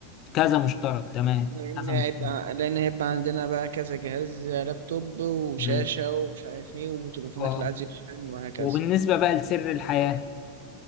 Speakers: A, on the left; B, on the right.
A: كذا مشترك تمام
B: لأن
A: كذا
B: هيبقى
A: مشترك
B: لأن هيبقى عندنا بقى كذا جهاز لابتوب وشاشة
A: تمام
B: ومش عارف ايه وتليفونات
A: اه
B: اللي عايز يشحن وهكذا
A: وبالنسبه بقى لسر الحياه